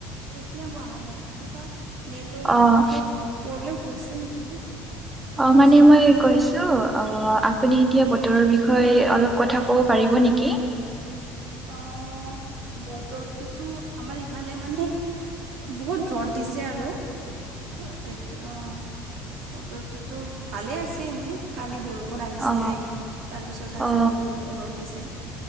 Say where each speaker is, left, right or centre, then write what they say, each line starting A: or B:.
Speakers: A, on the right; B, on the right.
A: এতিয়াও আহা নাই কিবা নেটৱৰ্কৰ
B: অ'
A: প্ৰব্লেম হৈছে নেকি?
B: অঁ
A: আপুনি
B: মানে
A: চাওকচোন
B: মই
A: অলপমান
B: কৈছো অ আপুনি এতিয়া বতৰৰ বিষয়ে অলপ কথা ক'ব পাৰিব নেকি?
A: অ' বতৰটোতো আমাৰ ইফালে মানে বহুত ৰ'দ দিছে আৰু। অ এক অঁ বতৰটোতো ভালে আছে এনে কালি বৰ ষুণ আহিছিলে
B: অ
A: তাৰপিছত, আজি
B: অ
A: বহুত ৰ'দ দিছে।